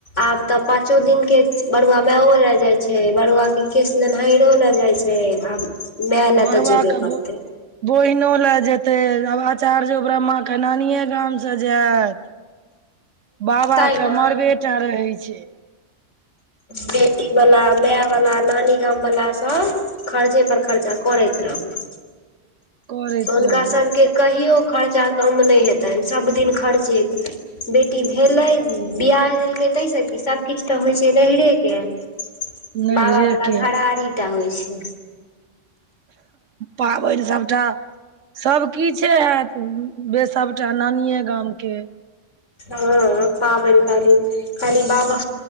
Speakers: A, on the left (about 70°); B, on the right (about 80°).
A: आब तै पाचो दिन के बरुवा माएओ लै जाय छै, बरुवा के केस लेनहाएरो लै जाय छै। से आब माय लए
B: बरुवा
A: तऽ जेबे
B: कै
A: करतै
B: भु बहिनो लै जेतै आब आचार्यों, ब्रह्मा के नानीये गाम से जाएत बाबा
A: तै
B: के
A: ने
B: मरबै टा रहै छै।
A: बेटी बला, माए बला, नानी गाम बला सब खर्चे पर खर्चा करैत रहू।
B: करैत
A: हुनका
B: रहू
A: सभके कहियो ख़र्चा कम नहि हेतनि सभ दिन खर्च हेतनि। बेटी भेलै बिियैह देलकै ताहिसँ की सभकिछ तऽ होइ छै नैयहरे के- -
B: नैहरे
A: बाबा वला
B: के
A: घरारी टा होइ छै।
B: पाबेन सभटा सभकिछे है। गे सबटा नानिये गाम के- -
A: हँ, पाबनि काली खाली बाबा